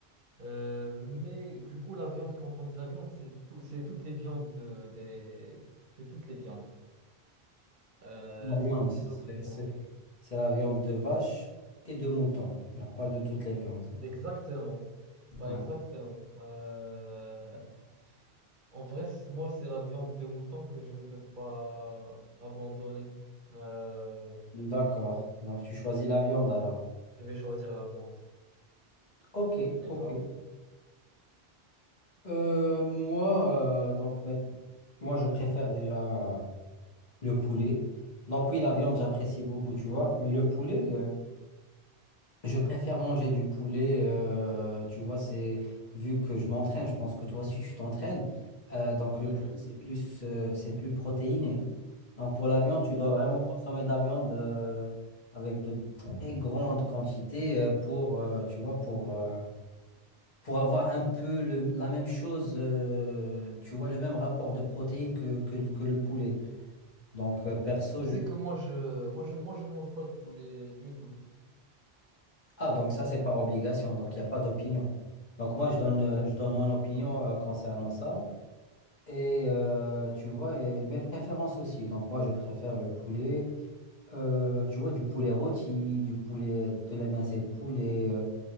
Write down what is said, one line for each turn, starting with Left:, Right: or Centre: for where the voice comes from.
Right: Euh, mais du coup, la viande, quand on dit la viande, c'est tout- c'est toutes les viandes de- des, c'est toutes les viandes. Euh,
Left: La viande,
Right: c'est toutes
Left: c'est
Right: les autres viandes.
Left: c'est- c'est la viande de vache et de mouton. Il n'y a pas de toutes les viandes.
Right: Exactement. Bah
Left: Ouais.
Right: exactement. Euh, en vrai, c- moi, c'est la viande de mouton que je ne peux pas abandonner. Euh,
Left: D'accord. Donc, tu choisis la viande alors.
Right: je vais choisir la viande.
Left: Ok,
Right: Et
Left: ok.
Right: toi?
Left: Euh, moi, euh, donc, mais- moi, je préfère déjà euh, le poulet. Donc, oui, la viande, j'apprécie beaucoup, tu vois. Mais le poulet, euh, Je préfère manger du poulet, euh, tu vois, c'est vu que je m'entraîne, je pense que toi aussi tu t'entraînes. Euh, donc le
Right: Mhm.
Left: poulet, c'est plus, euh, c'est plus protéiné. Donc pour la viande, tu dois vraiment
Right: Ouais, Exactement.
Left: consommer de la viande euh, avec de Ouais. très grandes quantités euh, pour, euh, tu vois, pour, euh, pour avoir un peu le- la même chose, euh, tu vois, le même rapport de protéines que, que, que le poulet. Donc euh, perso,
Right: Je sais
Left: je...
Right: que moi, je, moi, je, moi, je mange pas de poulet du tout.
Left: Ah, donc ça, c'est par obligation, donc il n'y a pas d'opinion. Donc moi, je donne, euh, je donne mon opinion euh, concernant ça. Et euh, tu vois, et mes préférences aussi. Donc moi, je préfère le poulet, euh, tu vois, du poulet rôti, du poulet, de la mincée de poulet, euh,